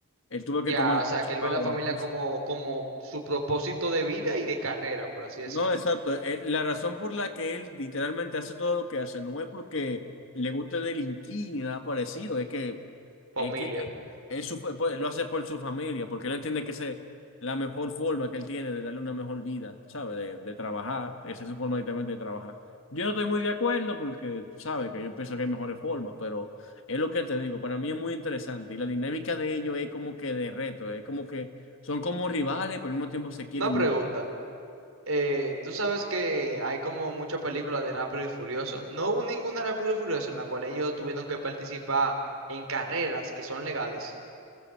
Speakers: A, on the left; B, on the right.
A: Él tuvo que
B: Ya,
A: tomar el
B: o
A: de
B: sea,
A: su
B: que él
A: padre,
B: ve la familia
A: entonces.
B: como, como su propósito de vida y de carrera, por así decirlo.
A: No, exacto. eh, La razón por la que él literalmente hace todo lo que hace no es porque le guste delinquir ni nada parecido, es que
B: Familia.
A: Es que él su- pues, lo hace por su familia, porque él entiende que esa es la mejor forma que él tiene de darle una mejor vida, ¿sabbe? De, de trabajar, esa es su forma directamente de trabajar. Yo no estoy muy de acuerdo porque, sabe Que yo pienso que hay mejores formas, pero es lo que te digo, para mí es muy interesante y la dinámica de ellos es como que de reto, es como que son como rivales, pero al mismo tiempo se quieren
B: Una pregunta.
A: mucho.
B: Eh, tú sabes que hay como muchas películas de Rápido y Furioso. No hubo ninguna Rápido y Furioso en la cual ellos tuvieron que participar en carreras que son legales.